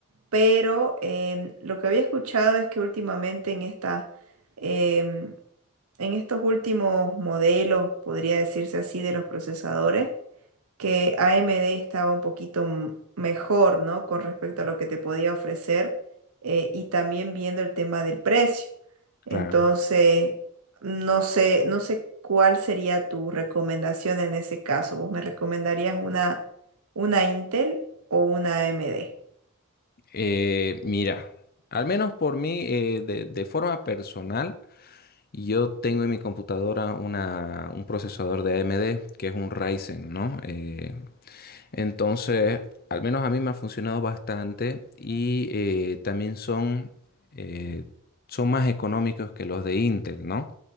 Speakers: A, on the right; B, on the left.
A: Pero em, lo que había escuchado es que últimamente en esta, em, en estos últimos modelos, podría decirse así, de los procesadores, que AMD estaba un poquito m- mejor, ¿no? Con respecto a lo que te podía ofrecer eh, y también viendo el tema del precio. Entonces,
B: Claro.
A: no sé, no sé cuál sería tu recomendación en ese caso. ¿Vos me recomendarías una, una Intel o una AMD?
B: Eh, mira, al menos por mí, eh, de, de forma personal, yo tengo en mi computadora una, un procesador de AMD que es un Ryzen, ¿no? Eh, entonces, al menos a mí me ha funcionado bastante y eh, también son, eh, son más económicos que los de Intel, ¿no?